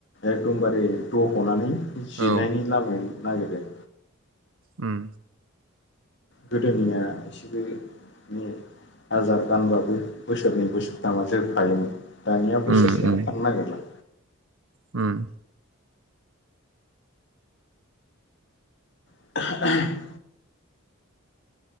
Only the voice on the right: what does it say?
औ
उम।
उम उम
उम।